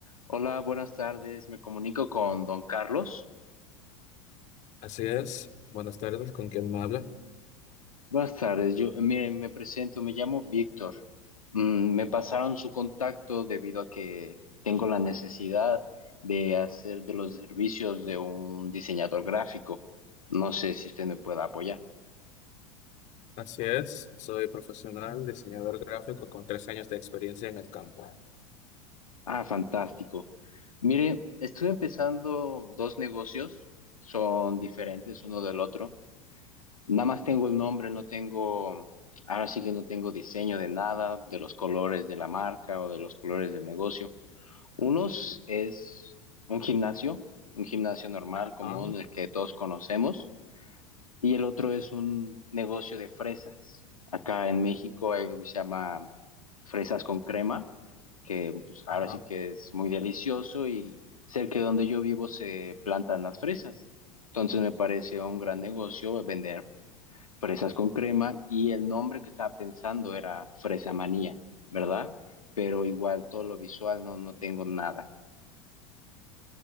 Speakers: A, on the left; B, on the left.
A: Hola, buenas tardes. Me comunico con don Carlos.
B: Así es. Buenas tardes, ¿con quién me habla?
A: Buenas tardes. Yo, mire, me presento, me llamo Víctor. Mm, me pasaron su contacto debido a que tengo la necesidad de hacer de los servicios de un diseñador gráfico. No sé si usted me pueda apoyar.
B: Así es, soy profesional, diseñador gráfico con tres años de experiencia en el campo.
A: Ah, fantástico. Mire, estoy empezando dos negocios, son diferentes uno del otro. Nada más tengo el nombre, no tengo, ahora sí que no tengo diseño de nada, de los colores de la marca o de los colores del negocio. Unos es un gimnasio, un gimnasio normal,
B: Ah,
A: común, el que todos conocemos, y el otro es un negocio de fresas. Acá en México hay algo que se llama fresas con crema, que pues,
B: ajá.
A: ahora sí que es muy delicioso y cerca de donde yo vivo se plantan las fresas. Entonces me parece un gran negocio vender fresas con crema y el nombre que estaba pensando era Fresa Manía, ¿verdad? Pero igual todo lo visual no, no tengo nada.